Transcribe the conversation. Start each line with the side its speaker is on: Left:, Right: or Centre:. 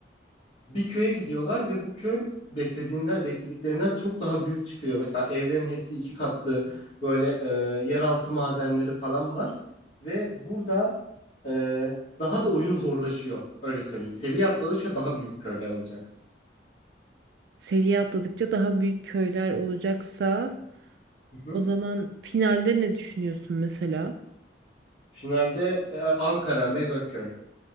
Left: bir köye gidiyorlar ve bu köy beklediğinden beklediklerinden çok daha büyük çıkıyor. Mesela evlerin hepsi iki katlı böyle e, yeraltı madenleri falan var ve burada e, daha da oyun zorlaşıyor öyle söyleyeyim. Seviye atladıkça daha büyük köyler olacak.
Right: Seviye atladıkça daha büyük köyler olacaksa
Left: Hı hı.
Right: o zaman finalde ne düşünüyorsun mesela?
Left: Finalde e, Ankara mega köy.